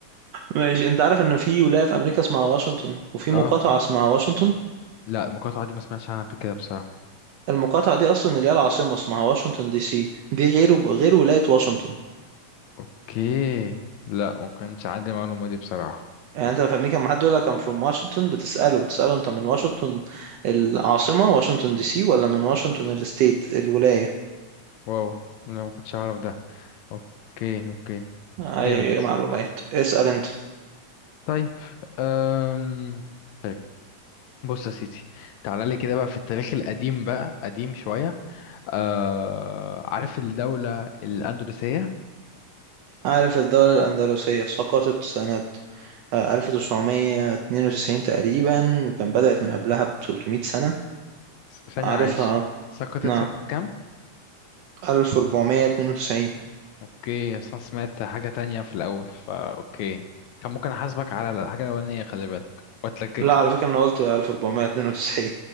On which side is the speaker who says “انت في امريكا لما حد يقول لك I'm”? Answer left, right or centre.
Right